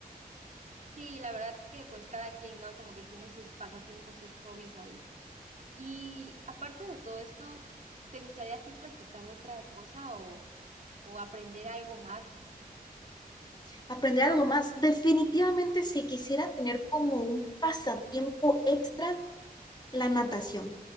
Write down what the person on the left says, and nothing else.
<laughs> Aprender algo más. Definitivamente, si quisiera tener como un pasatiempo extra, la natación.